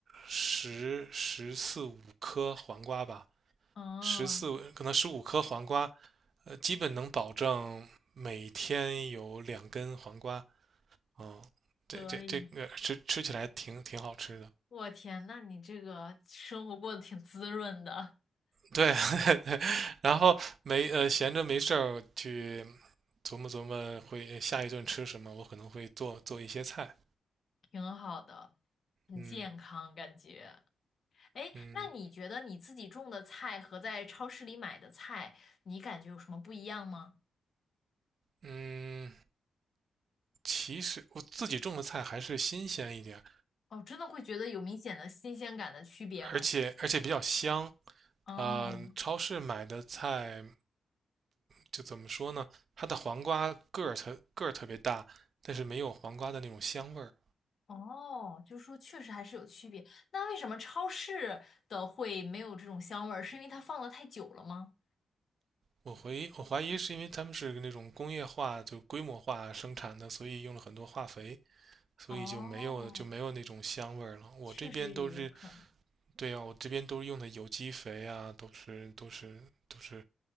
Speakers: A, on the right; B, on the left.
A: 十十四五颗黄瓜吧，
B: 哦，
A: 十四可能十五颗黄瓜，呃，基本能保证每天有两根黄瓜。嗯，这这这个吃吃起来挺挺好吃的。
B: 可以。我天，那你这个生活过得挺滋润的。
A: 对，<laughs> 然后没呃闲着没事儿去琢磨琢磨会下一顿吃什么，我可能会做做一些菜。
B: 挺好的，很健康感觉。
A: 嗯
B: 哎，
A: 嗯
B: 那你觉得你自己种的菜和在超市里买的菜，你感觉有什么不一样吗？
A: 嗯，其实我自己种的菜还是新鲜一点，
B: 哦，真的会觉得有明显的新鲜感的区别吗？
A: 而且而且比较香。
B: 哦
A: 呃，超市买的菜就怎么说呢？它的黄瓜个儿特个儿特别大，但是没有黄瓜的那种香味儿。
B: 哦，就是说确实还是有区别。那为什么超市的会没有这种香味儿？是因为它放的太久了吗？
A: 我怀疑我怀疑是因为他们是那种工业化就规模化生产的，所以用了很多化肥，所以就没有就没有那种香味儿了。
B: 哦，
A: 我这边都是，
B: 确实也有可能，
A: 对呀，我这边都是用的有机肥啊，都是都是都是